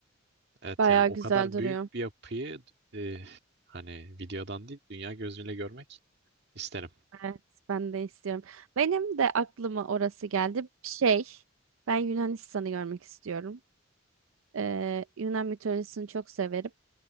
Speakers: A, on the right; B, on the right.
A: Evet
B: Bayağı
A: yani o
B: güzel
A: kadar
B: duruyor.
A: büyük bir yapıyı e, hani videodan değil dünya gözüyle görmek isterim.
B: Evet, ben de istiyorum. Benim de aklıma orası geldi. Şey, ben Yunanistan'ı görmek istiyorum. Ee, Yunan mitolojisini çok severim.